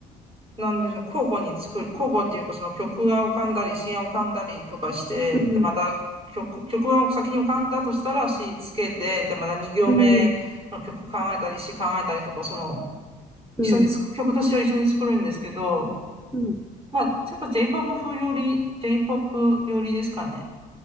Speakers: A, on the right; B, in the centre.
A: なんですか、交互に作る、交互っていうか、その曲が浮かんだり、詩が浮かんだりとかして、
B: うん、
A: で、また曲、曲が先に浮かんだとしたら詩つけて、で、また2行目の曲考えたり、
B: うん、
A: 詩考えたりとか、その、一緒に作曲と詩を一緒に作るんですけど、
B: うん、うん。
A: まあ、ちょっ J-POP 風より、J-POP よりですかね。